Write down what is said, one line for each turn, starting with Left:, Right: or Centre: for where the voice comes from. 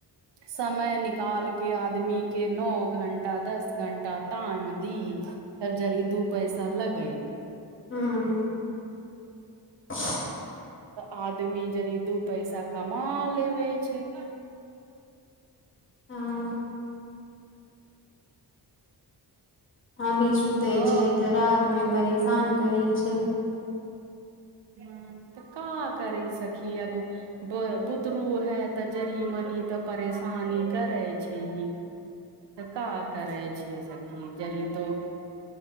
Right: समय निकाल के आदमी के नै घंटा दस घंटा टाइम दी तब जड़ि दू पैसा लगे
Left: हम <inaudible>
Right: तऽ आदमी जड़ि दू पैसा कमा लेबे छै
Left: ह। आमि सुते
Right: ओ
Left: छै तऽ रात मे परेशान करे छै
Right: हम तऽ का करी सखी अब ब बुतरू है तऽ जड़ि मनी तऽ परेशानी करै छै ही तऽ का करै छै सखी जड़ि तो